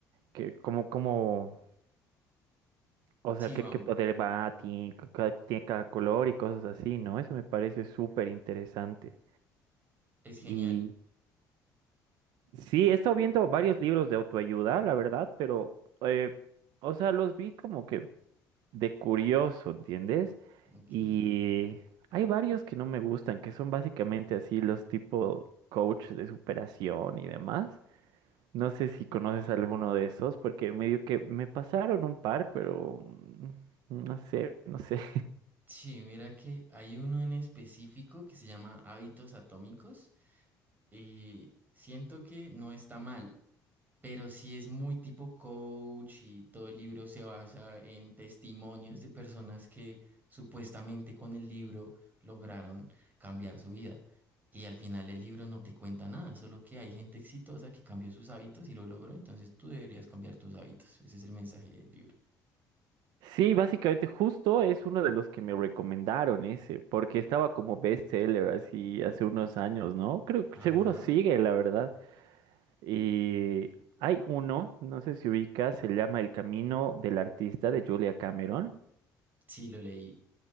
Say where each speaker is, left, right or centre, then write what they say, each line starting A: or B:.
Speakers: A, on the right; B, on the right.
A: que como, como, o sea,
B: Sí,
A: qué,
B: Bam,
A: qué poder va, tiene, ca- tiene cada color y cosas así, ¿no? Eso me parece súper interesante.
B: es genial.
A: y Sí, he estado viendo varios libros de autoayuda, la verdad, pero, eh, o sea, los vi como que de curioso, ¿entiendes?
B: Ok.
A: Y hay varios que no me gustan, que son básicamente así los tipo coach de superación y demás. No sé si conoces alguno de esos, porque medio que me pasaron un par, pero mm, no sé, no sé.
B: Sí, mira que hay uno en específico que se llama Hábitos Atómicos y siento que no está mal. pero sí es muy tipo coach y todo el libro se basa en testimonios de personas que supuestamente con el libro lograron cambiar su vida. Y al final el libro no te cuenta nada, solo que hay gente exitosa que cambió sus hábitos y lo logró, entonces tú deberías cambiar tus hábitos. Ese es el mensaje del libro.
A: Sí, básicamente justo es uno de los que me recomendaron ese, porque estaba como bestseller así hace unos años, ¿no? Creo
B: Ajá,
A: que seguro sigue, la verdad. Y hay uno, no sé si ubicas, se llama El Camino del Artista de Julia Cameron.
B: sí, lo leí.